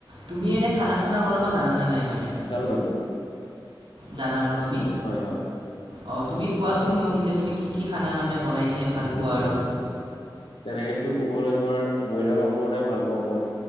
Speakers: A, on the right; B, on the left.
A: তুমি এনেই খানা চানা বনাব জানা নে নাই মানে?
B: জানো জানো।
A: জানা ন তুমি?
B: হয় হয়
A: অঁ তুমি কোৱাচোন মোক এতিয়া তুমি কি কি খানা মানে বনাই কিনে ভাল পোৱা আৰু?
B: তেনেকেতো ক'ব গলে তোমাৰ ব্ৰইলাৰ মাংস বনাই ভাল পাওঁ মই।